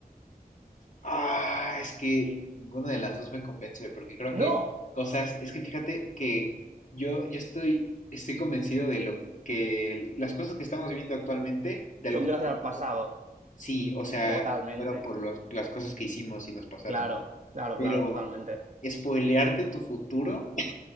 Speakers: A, on the left; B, on the right.
A: Ah, es que
B: Y
A: ninguna de las dos me convence, porque creo
B: no,
A: que cosas, es que fíjate que yo, yo estoy, estoy convencido de lo que las cosas que estamos viviendo actualmente, de
B: son
A: alguna
B: gracias al
A: forma,
B: pasado.
A: sí, o sea,
B: Totalmente.
A: fueron por los- las cosas que hicimos y nos pasaron.
B: Claro, claro,
A: Pero
B: claro, totalmente.
A: spoilearte tu futuro.